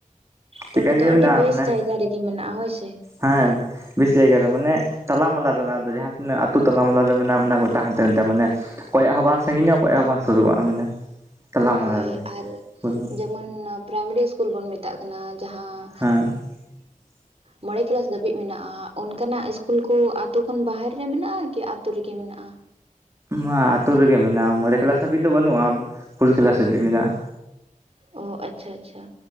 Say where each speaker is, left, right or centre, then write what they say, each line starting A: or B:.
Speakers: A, on the right (about 45°); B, on the right (about 20°).
A: ᱛᱚᱵᱮ
B: ᱪᱤᱠᱟᱹᱧ
A: ᱫᱚ
B: ᱞᱟᱹᱭ ᱟᱵᱤᱱᱟ
A: ᱟᱹᱰᱤ ᱵᱮᱥ
B: ᱢᱟᱱᱮ
A: ᱡᱟᱭᱜᱟ ᱨᱮᱜᱮ ᱢᱮᱱᱟᱜᱼᱟ ᱦᱚᱭ ᱥᱮ
B: ᱦᱮᱸ ᱵᱮᱥ ᱡᱟᱭᱜᱟ ᱨᱮ ᱢᱟᱱᱮ ᱛᱟᱞᱟᱢᱟᱞᱟ ᱨᱮᱱᱟᱜ ᱡᱟᱦᱟᱸ ᱛᱤᱱᱟᱹᱜ ᱟᱹᱛᱩ ᱛᱟᱞᱟᱢᱟᱞᱟ ᱨᱮ ᱢᱮᱱᱟᱜᱼᱟ ᱜᱚᱴᱟ ᱦᱟᱱᱛᱮ ᱱᱟᱛᱮ ᱢᱟᱱᱮ ᱚᱠᱚᱭᱟᱜ ᱦᱚᱸ ᱵᱟᱝ ᱥᱟᱺᱜᱤᱧᱼᱟ, ᱚᱠᱚᱭᱭᱟᱜ ᱦᱚᱸ ᱵᱟᱝ ᱥᱩᱨᱩᱜᱼᱟ, ᱢᱟᱱᱮ᱾ ᱛᱟᱞᱟᱢᱟᱞᱟ
A: ᱦᱳᱭ
B: ᱨᱮ
A: ᱟᱨ
B: ᱯᱩᱨᱟᱹ
A: ᱡᱮᱢᱚᱱ ᱯᱨᱟᱭᱢᱟᱨᱤ ᱤᱥᱠᱩᱞ ᱵᱚᱱ ᱢᱮᱛᱟᱜ ᱠᱟᱱᱟ ᱡᱟᱦᱟᱸ᱾
B: ᱦᱮᱸ <unintelligible>
A: ᱢᱚᱬᱮ ᱠᱮᱞᱟᱥ ᱫᱷᱟᱹᱵᱤᱡ ᱢᱮᱱᱟᱜᱼᱟ ᱚᱱᱠᱟᱱᱟᱜ ᱤᱥᱠᱩᱞ ᱠᱚ ᱟᱹᱛᱩ ᱠᱷᱚᱱ ᱵᱟᱦᱮᱨᱮ ᱨᱮ ᱢᱮᱱᱟᱜᱼᱟ ᱠᱤ ᱟᱹᱛᱩ ᱨᱮ ᱜᱮ ᱢᱮᱱᱟᱜᱼᱟ᱾
B: ᱢᱟ ᱟᱹᱛᱩ ᱨᱮᱜᱮ ᱢᱮᱱᱟᱜᱼᱟ, ᱢᱚᱬᱮ ᱠᱮᱞᱟᱥ ᱦᱟᱹᱵᱤᱡ ᱫᱚ ᱵᱟᱹᱱᱩᱜ ᱟᱢ ᱯᱷᱩᱨ ᱠᱮᱞᱟᱥ ᱦᱟᱹᱵᱤᱡ ᱢᱮᱱᱟᱜᱼᱟ᱾
A: ᱚ ᱟᱪᱪᱷᱟ ᱟᱪᱪᱷᱟ